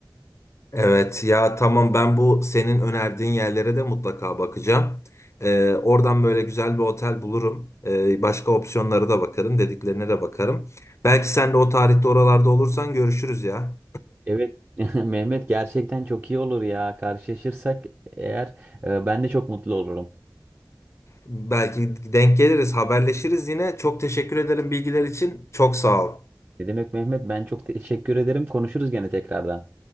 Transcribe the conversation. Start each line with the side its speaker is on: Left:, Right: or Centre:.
Left: Evet ya tamam ben bu senin önerdiğin yerlere de mutlaka bakacağım. Ee, oradan böyle güzel bir otel bulurum. Ee, başka opsiyonlara da bakarım, dediklerine de bakarım. Belki sen de o tarihte oralarda olursan görüşürüz ya.
Right: Evet. <laughs> Mehmet gerçekten çok iyi olur ya. Karşılaşırsak eğer e, ben de çok mutlu olurum.
Left: Belki denk geliriz, haberleşiriz yine. Çok teşekkür ederim bilgiler için. Çok sağ ol.
Right: Ne demek Mehmet? Ben çok teşekkür ederim. Konuşuruz gene tekrardan.